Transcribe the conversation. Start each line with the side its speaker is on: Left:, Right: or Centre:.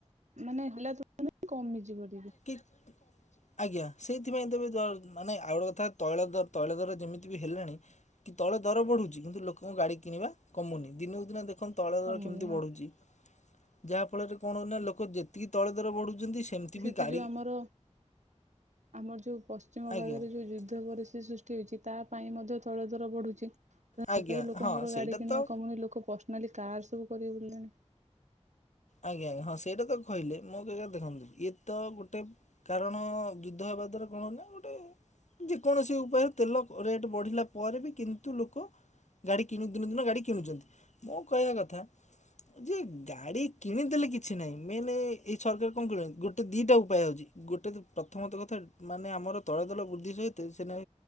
Right: ମାନେ ହେଲେ ତ ମାନେ କମ ମିଯିବ
Left: କି ଆଜ୍ଞା ସେଇ ସେଥିପାଇଁ ତବେ ମାନେ ଆଉ ଗୋେ କଥା ତୈଳ ଦ ତୈଳ ଦର ଯେମିତି ବି ହେଲାଣି କି ତୈଳ ଦର ବଢୁଛି କିନ୍ତୁ ଲୋକଙ୍କ ଗାଡି କିଣିବା କମୁନି ଦିନକୁ ଦିନ <unintelligible>
Right: କମୁନି
Left: କେମିତି
Right: ହଁ
Left: ବଢୁଚି ଯାହା ଫଳରେ କଣ ନା ଲୋକ ଜିତ ଏତିକି ତୈଳ ଦର ବଢୁଛନ୍ତି ସେମିତି ବି
Right: ଏ
Left: ଗାଡ଼ି
Right: ଯୋଉ ଆମର ଆମ ପଶ୍ଚିମ ଭାଗରେ
Left: ଆଜ୍ଞା
Right: ଯୋଉ ଯୁଦ୍ଧ ପରିସ୍ଥିତି
Left: ପାଖରେ
Right: ସୃଷ୍ଟି ହେଉଛି ତା ପାଇଁ ମଧ୍ୟ ତୈଳ ଦର ବଢ଼ୁଛି। ତଥାପି
Left: ଆଜ୍ଞା
Right: ଲୋକଙ୍କର
Left: ହଁ ସେଇଟା
Right: ଗାଡି କିଣିବା
Left: ତ
Right: କମୁନି ଲୋକ ପର୍ସନାଲି କାର୍ ସବୁ କରି ବୁଲିଲେଣି।
Left: ଆଜ୍ଞା ଆଜ୍ଞା। ହଁ ସେଇଟା ତ କହିଲେ ମୁଁ ବି ଆଜ୍ଞା ଦେଖନ୍ତୁ ଇଏ ତ ଗୋଟେ କାରଣ ଯୁଦ୍ଧ ହେବା ଦ୍ୱାରା କଣ ହେଲା, ଗୋଟେ ଯେକୌଣସି ଉପାୟରେ ତେଲ ରେଟ୍ ବଢ଼ିଲା ପରେ ବି କିନ୍ତୁ ଲୋକ ଗାଡ଼ି କିଣୁ ଦିନକୁ ଦିନ ଗାଡ଼ି କିଣୁଛନ୍ତି। ମୋ କହିବା କଥା ଯେ ଗାଡ଼ି କିଣିଦେଲେ କିଛି ନାହିଁ ମେନ୍ ଏଇ ସରକାର କଣ କହୁଛନ୍ତି ଗୋଟେ ଦୁଇଟା ଉପାୟ ହେଉଛି ଗୋଟେ ତ ପ୍ରଥମତଃ କଥା ମାନେ ଆମର ତୈଳ ଦର ବୃଦ୍ଧି ସହିତ ସେନା